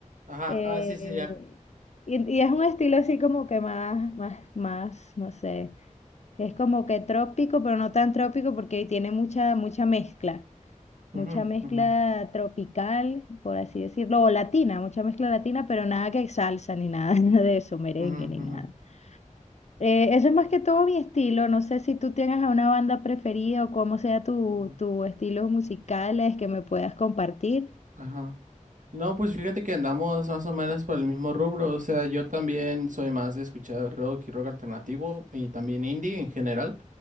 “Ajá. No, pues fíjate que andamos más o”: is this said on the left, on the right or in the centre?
Right